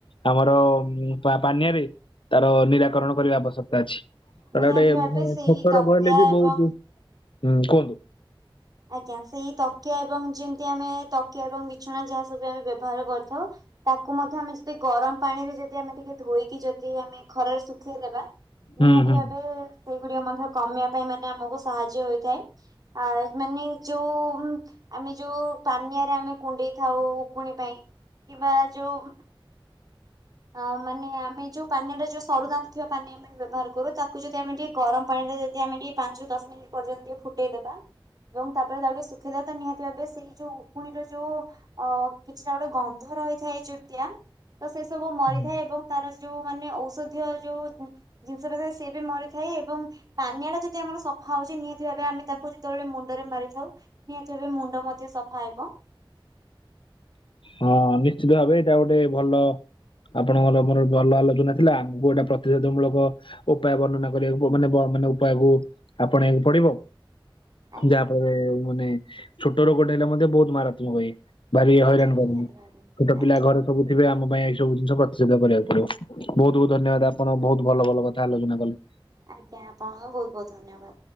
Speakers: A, on the left (about 70°); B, on the right (about 45°).
A: ଆମର ପା ପାନିଆରେ ତାର ନିରାକରଣ କରିବା ଆବଶ୍ୟକତା ଅଛି। ତାପରେ
B: ନିହାତି
A: ଆଉଗଟେ
B: ଭାବେ
A: ମାନେ
B: ସେଇ
A: ଛୋଟ
B: ତକିଆ
A: ରୋଗ ହେଲେ ବି
B: ଏବଂ
A: ବହୁତ ହଁ କୁହନ୍ତୁ
B: ଆଜ୍ଞା ସେଇ ତକିଆ ଏବଂ ଯେମତି ଆମେ ତକିଆ ଏବଂ ବିଛଣା ଯାହା ସବୁ ଆମେ ବ୍ୟବହାର କରିଥାଉ। ତାକୁ ମଧ୍ୟ ଆମେ ଯଦି ଗରମ ପାଣିରେ ଯଦି ଆମେ ଟିକେ ଧୋଇକି ଯଦି ଆମେ ଖରାରେ ଶୁଖେଇଦବା।
A: ହୁଁ
B: ନିହାତି
A: ହୁଁ
B: ଭାବେ ସେଗୁଡିକ ମଧ୍ୟ କମିବା ପାଇଁ ମାନେ ଆମକୁ ସାହାଯ୍ୟ ହୋଇଥାଏ ଆ ମାନେ ଯୋଉ ଆମେ ଯୋଉ ପାନିଆରେ ଆମେ କୁଣ୍ଡେଇ ଥାଉ ଉକୁଣି ପାଇଁ। କିମ୍ବା ଯୋଉ ଆଉ ମାନେ ଆମେ ଯୋଉ ପାନିଆ ଟା ଯୋଉ ସରୁ ଦାନ୍ତ ଥିବା ପାନିଆ ବ୍ୟବହାର କରୁ ତାକୁ ଯଦି ଆମେ ଟିକେ ଗରମ ପାଣିରେ ଯଦି ଆମେ ଟିକେ ପାଞ୍ଚରୁ ଦଶ ମିନିଟ ପର୍ଯ୍ୟନ୍ତ ଟିକେ ଫୁଟେଇଦବା ଏବଂ ତାପରେ ତାକୁ <unintelligible> ଶୁଖେଇ ଦେବା ନିହାତି ଭାବେ ସେଇ ଯୋଉ ଉକୁଣିର ଯୋଉ ଅ କିଛି ଟା ଗୋଟେ ଗନ୍ଧ ରହିଥାଏ ଯେମିତିଆ ତ ସେ ସବୁ ମରିଥାଏ
A: ହୁଁ
B: ଏବଂ ତାର ଯୋଉ ମାନେ ଔଷଧୀୟ ଯୋଉ ଜିନିଷ ଟା ଥାଏ ସିଏ ବି ମରିଥାଏ ଏବଂ ପାନିଆଟା ଯଦି ଆମର ସଫା ହଉଛି ନିହାତି ଭାବେ ଆମେ ତାକୁ ଯେତେବେଳେ ମୁଣ୍ଡରେ ମାରିଥାଉ। ନିହାତି ଏବେ ମୁଣ୍ଡ ମଧ୍ୟ ସଫା ହେବ।
A: ହଁ ନିଶ୍ଚିତ ଭାବେ ଏଇଟା ଗୋଟେ ଭଲ ଆପଣଙ୍କର ମୋର ଭଲ ଆଲୋଚନା ଥିଲା, ଆମକୁ ଗୋଟେ ପ୍ରତିଷେଧ ମୂଳକ ଉପାୟ ବର୍ଣ୍ଣନା କରିବାକୁ ମାନେ ମାନେ ଉପାୟକୁ ଆପଣେଇବାକୁ ପଡିବ
B: ଆଜ୍ଞା
A: ଯାହାଫଳରେ ମାନେ ଛୋଟ ରୋଗଟ ହେଲେ ମଧ୍ୟ ବହୁତ ମାରାତ୍ମକ ହୁଏ। ଭାରି
B: ଆଜ୍ଞା
A: ହଇରାଣ କରନି
B: ନିହାତି ଭାବେ
A: ଛୋଟ
B: ଆଜ୍ଞା
A: ପିଲା ଘରେ ସବୁ ଥିବ ଆମ ପାଇଁ ଏଇ ସବୁ ଜିନିଷ ପ୍ରତିଶୋଧ କରିବାକୁ ପଡିବ ବହୁତ ବହୁତ ଧନ୍ୟବାଦ, ଆପଣ ବହୁତ ଭଲ ଭଲ କଥା ଆଲୋଚନା କଲେ।
B: ଆଜ୍ଞା ଆପଣଙ୍କୁ ବହୁତ ବହୁତ ଧନ୍ୟବାଦ।